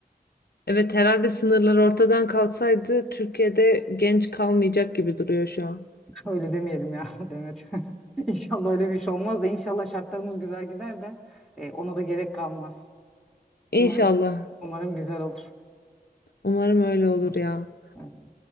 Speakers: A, on the left; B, in the centre.
A: Evet herhalde sınırlar ortadan kalksaydı Türkiye'de genç kalmayacak gibi duruyor şu an.
B: <laughs> Öyle demeyelim ya <laughs> Demet. <laughs> İnşallah öyle bir şey olmaz da inşallah şartlarımız güzel gider de e, ona da gerek kalmaz.
A: İnşallah.
B: Umarım umarım güzel olur.
A: Umarım öyle olur
B: Hı,
A: ya.
B: Evet.